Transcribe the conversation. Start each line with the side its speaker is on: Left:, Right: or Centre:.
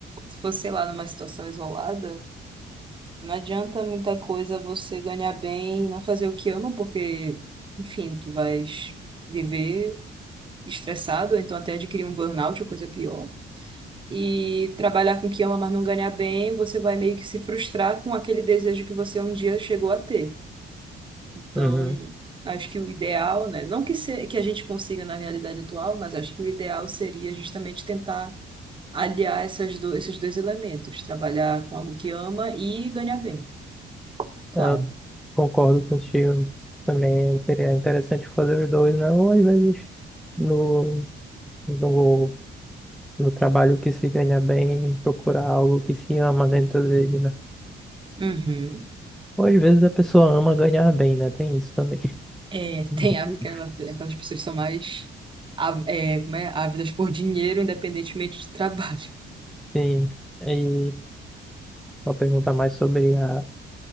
Right: se fosse, sei lá, numa situação isolada, não adianta muita coisa você ganhar bem e não fazer o que ama, porque, enfim, tu vais viver estressado, ou então até adquirir um burnout ou coisa pior. E trabalhar com o que ama, mas não ganhar bem, você vai meio que se frustrar com aquele desejo que você um dia chegou a ter. Então,
Centre: Uhum.
Right: acho que o ideal, né? Não que, se, que a gente consiga na realidade atual, mas acho que o ideal seria justamente tentar aliar essas do- esses dois elementos, trabalhar com algo que ama e ganhar bem, claro.
Centre: Eu concordo contigo. Também seria interessante fazer os dois, né? Ou às vezes no, no, no trabalho que se ganha bem, procurar algo que se ama dentro dele, né?
Right: Uhum.
Centre: Ou às vezes a pessoa ama ganhar bem, né? Tem isso também.
Right: É,
Centre: <laughs>
Right: tem a- aquela- aquelas pessoas que são mais á- é, como é? ávidas por dinheiro, independentemente de trabalho.
Centre: Sim. E Uma pergunta mais sobre a,